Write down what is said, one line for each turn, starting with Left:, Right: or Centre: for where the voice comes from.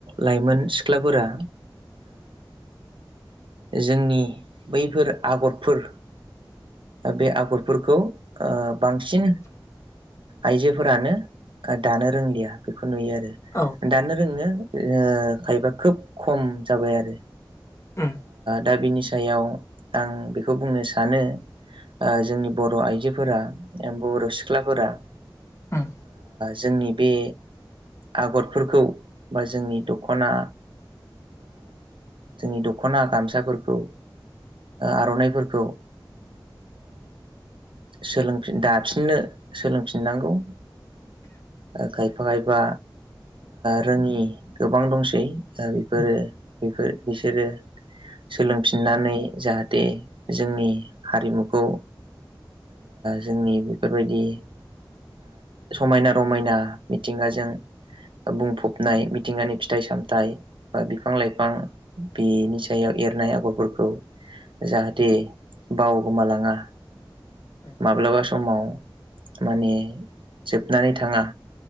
Right: लाइमोन सिख्लाफोरा जोंनि बैफोर आगरफोर बे आगरफोरखौ बांसिन आइजोफोरानो दानो रोंलिया बेखौ नुयो आरो।
Left: औ
Right: दानो रोङो खायफा खोब खम जाबाय आरो।
Left: उम
Right: दा बिनि सायाव आं बेखौ बुंनो सानो। जोंनि बर' आइजोफोरा बर' सिख्लाफोरा
Left: उम
Right: जोंनि बे आगरफोरखौ बा जोंनि दख'ना जोंनि द दख'ना गामसाफोरखौ आर'नाइफोरखौ सोलोंफिन दाफिननो सोलोंफिननांगौ खायफा खायफा रोङि गोबां दंसै बेफोरोफोर
Left: उम
Right: बिसोरो। सोलोंफिननानै जाहाथे जोंनि हारिमुखौ जोंनि बेफोरबायदि समायना रमायना मिथिंगाजों बुंफबनाय मिथिंगानि फिथाइ सामथाइ बा बिफां लाइफां बेनि सा जायाव एरनाय आगरफोरखौ जाहाथे
Left: औ
Right: बावगोमालाङा।
Left: औ
Right: माब्लाबा समाव माने जोबनानै थाङा।